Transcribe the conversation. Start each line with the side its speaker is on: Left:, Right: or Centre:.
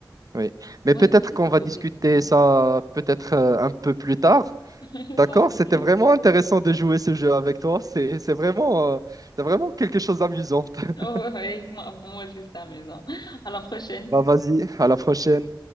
Right: Oui. Mais
Left: Ouais,
Right: peut-être
Left: peut-être
Right: qu'on
Left: on
Right: va
Left: peut
Right: discuter
Left: faire ça.
Right: ça peut-être euh, un peu plus tard.
Left: <laughs>
Right: D'accord?
Left: Sans souci.
Right: C'était vraiment intéressant de jouer ce jeu avec toi. C'est, c'est vraiment, euh, c'est vraiment quelque chose d'amusant. <laughs>
Left: Oh, ouais, ouais, moi, pour moi, c'est ça, maison. À la prochaine.
Right: Bah, vas-y, à la prochaine.